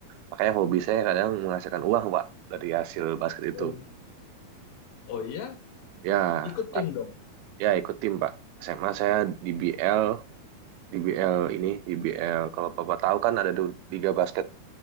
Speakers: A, on the right; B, on the left.
A: Makanya hobi saya kadang menghasilkan uang Pak dari hasil basket
B: Oh,
A: itu.
B: oh iya,
A: Ya,
B: ikut
A: Pak.
B: tim dong.
A: ya ikut tim Pak. SMA saya di BL, di BL ini, di BL. Kalau Bapak tahu kan ada du- Liga Basket